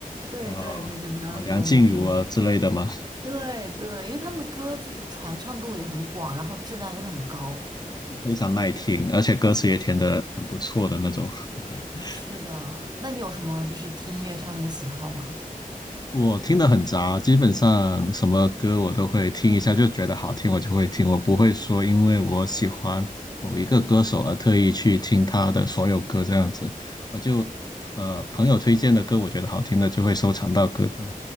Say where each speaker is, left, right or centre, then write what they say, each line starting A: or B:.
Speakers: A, on the right (about 30°); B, on the left (about 30°).
A: 对对对，
B: 然后
A: 就比较有没有什么。
B: 啊梁静茹啊之类的嘛，
A: 对对，因为他们的歌就是传唱度也很广，然后质量又很高。
B: <laughs> 非常耐听，而且歌词也填的很不错的那种。<laughs>
A: 是的，那你有什么就是听音乐上面的喜好吗？
B: 我听的很杂，基本上什么歌我都会听一下，就觉得好听我就会听，我不会说因为我喜欢某一个歌手而特意去听他的所有歌这样子。我就呃朋友推荐的歌，我觉得好听的就会收藏到歌单，